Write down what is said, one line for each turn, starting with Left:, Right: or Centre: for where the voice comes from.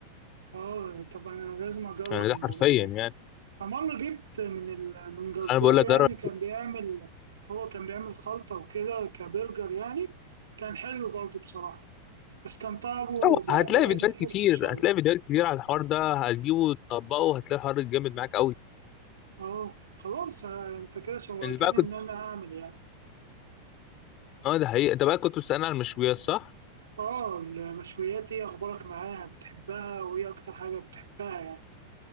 Right: آه، طب انا لازم اجرب
Left: يعني ده
Right: الموضوع
Left: حرفيا
Right: ده
Left: يعني
Right: فمره جبت من ال... من جزار
Left: انا بقول لك
Right: يعني
Left: جرب
Right: كان بيعمل هو كان بيعمل خلطه وكده كبرجر يعني كان حلو برضو بصراحه بس كان طعمه
Left: أو
Right: بيبقى
Left: هتلاقي
Right: قريب
Left: فيديوهات
Right: من الكفتة
Left: كتير
Right: شوية
Left: هتلاقي فيديوهات كتير على الحوار ده هتجيبه وتطبقه هتلاقي الحوار ده جامد معاك قوي
Right: اه خلاص آه، انت كده شوقتني
Left: اللي بقى كنت
Right: ان انا اعمل يعني
Left: اه ده حقيقي انت بقى كنت بتسألني على المشويات صح؟
Right: اه المشويات ايه اخبارك معاها بتحبها وايه اكتر حاجة بتحبها يعني